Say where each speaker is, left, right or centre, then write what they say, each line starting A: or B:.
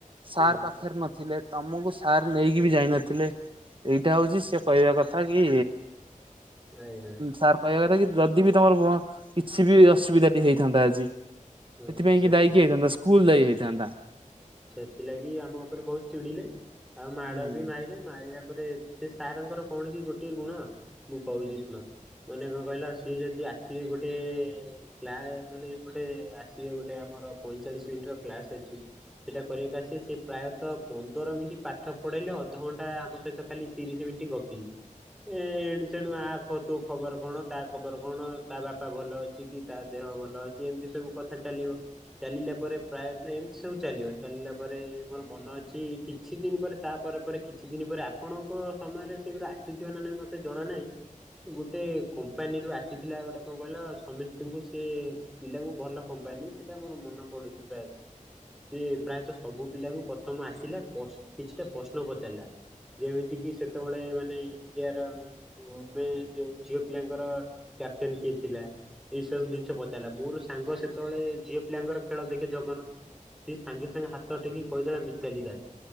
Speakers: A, on the right; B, in the centre.
A: ସାର୍
B: ହଁ
A: ପାଖରେ ନଥିଲେ। ତମକୁ ସାର୍ ନେଇକି ବି ଯାଇନଥିଲେ ଏଇଟା ହଉଛି ସେ କହିବା କଥା କି
B: ଆଜ୍ଞା
A: ସାର୍ କହିବା କଥା କି ଯଦି ବି ତମର କିଛି ବି ଅସୁବିଧା ଟି ହେଇଥାନ୍ତା ଆଜି ସେଥିପାଇଁ
B: ହଁ ସେଥି
A: କି ଦାୟୀ କିଏ ହେଇଥାନ୍ତା ସ୍କୁଲ ଦାୟୀ ହେଇଥାନ୍ତା।
B: ସେଥିଲାଗି ଆମ ଉପରେ ବହୁତ ଚିଡ଼ିଲେ ଆଉ ମାଡ଼
A: ମୁଁ
B: ବି ମାଇଲେ ମାଇଲା ପରେ ସେ ସାର ଙ୍କର କଣ କି ଗୋଟଏ ଗୁଣ ମୁଁ କହୁଛି ଶୁଣ ମାନେ କଣ କହିଲ ସିଏ ଯଦି ଆସିବେ ଗୋଟେ <unintelligible> ମାନେ ଗୋଟେ ଆସିବେ ଗୋଟେ ଆମର ପଇଁଚାଳିଶି ମିନିଟର କ୍ଲାସ ଅଛି ସେଟା କରିବାକୁ ଆସିଲେ ସେ ପ୍ରାୟ ତ ପନ୍ଦର ମିନିଟ୍ ପାଠ ପଢ଼େଇଲେ ଅଧଘଣ୍ଟା ଆମ ସହିତ ଖାଲି ତିରିଶ ମିଣ୍ଟି ଗପିବେ। ଏ ଏଣୁ ସେଣୁ ଆ କ ତୋ ଖବର କଣ ତା ଖବର କଣ ତା ବାପା ଭଲ ଅଛି କି ତା ଦେହ ଭଲ ଅଛି ଏମିତି ସବୁ କଥା ଚାଲିବ ଚାଲିଲା ପରେ ପ୍ରାୟ ଏମିତି ସବୁ ଚାଲିବ। ଚାଲିଲା ପରେ ମୋର ମନ ଅଛି କିଛି ଦିନ ପରେ ତାପରେ ପରେ କିଛି ଦିନ ପରେ ଆପଣଙ୍କ ସମୟରେ ସେ ଗୁରା ଆସିଥିବ ନା ନାଇଁ ମତେ ଜଣା ନାହିଁ ଗୋଟେ କମ୍ପାନୀରୁ ଆସି ପିଲା ଗୋଟେ କଣ କହିଲ ସମସ୍ତଙ୍କୁ ସେ ପିଲାଙ୍କୁ ଭଲ କମ୍ପାନୀ ସେଇଟା ମୋର ମନେ ପଡୁନି ପ୍ରାୟତଃ ସେ ପ୍ରାୟତଃ ସବୁ ପିଲାଙ୍କୁ ପ୍ରଥମ ଆସିଲା ପସ୍ କିଛିଟା ପ୍ରଶ୍ନ ପଚାରିଲା। ଯେମିତି କି ସେତେବେଳେ ମାନେ ଚିଆର ଏବେ ଯୋଉ ଝିଅ ପିଲାଙ୍କର କ୍ୟାପଟେନ୍ କିଏ ଥିଲା? ଏଇ ସବୁ ଜିନିଷ ପଚାରିଲା ମୋର ସାଙ୍ଗ ସେତେବେଳେ ଝିଅ ପିଲାଙ୍କର ଖେଳ ଦେଖେ ଜଗନ। ସିଏ ସାଙ୍ଗେ ସାଙ୍ଗେ ହାତ ଟେକି କହିଦେଲା ମିତାଲି ରାଜ୍